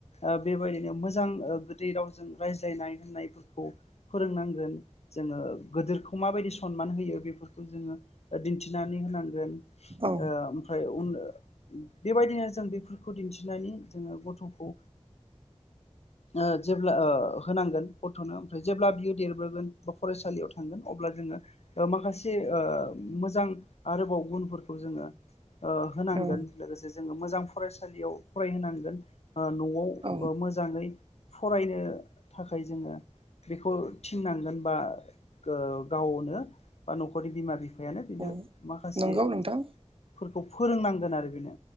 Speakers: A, on the left (about 75°); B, on the right (about 55°).
A: ओ बेबायदिनो मोजां ओ गोदै रावजों रायज्लायनाय होननायफोरखौ फोरोंनांगोन जोङो गोदोरखौ माबायदि सनमान होयो बेफोरखौ जोङो दिन्थिनानै होनांगोन।
B: औ
A: ओ ओमफ्राय उन ओ बेबायदिनो जों बेफोरखौ दिन्थिनानै जोङो गथ'खौ ओ जेब्ला ओ होनांगोन गथ'नो ओमफ्राय जेब्ला बियो देरबोगोन बा फरायसालियाव थांगोन अब्ला जोङो ओ माखासे ओ मोजां आरोबाव गुनफोरखौ जोङो ओ होनांगोन
B: औ
A: लोगोसे जोङो मोजां फरायसालियाव फरायहोनांगोन। ओ न'आव
B: औ
A: ओ मोजाङै फरायनो थाखाय जोङो बेखौ थिननांगोन बा गो-गावनो बा न'खरनि बिमा बिफायानो बेनो
B: औ
A: माखासेफोरखौ
B: नंगौ नोंथां
A: फोरोंनांगोन आरो बेनो।